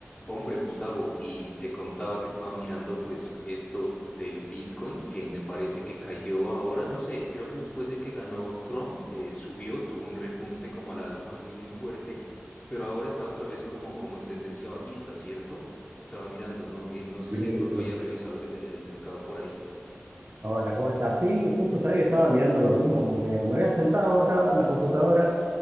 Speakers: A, on the left; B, on the right.
A: Hombre, Gustavo, y te contaba que estaba mirando pues esto del Bitcoin, que me parece que cayó ahora, no sé, creo que después de que ganó Trump, eh, subió, tuvo un repunte como a la alza muy, muy fuerte, pero ahora está otra vez como, como en tendencia bajista, ¿cierto? Estaba mirando, no, Eh, no sé
B: Sí,
A: si de pronto
B: sí.
A: haya revisado el el- el mercado por ahí.
B: Hola, ¿cómo estás? Sí, justo sabía que estaba mirando lo mismo porque me había sentado acá en la computadora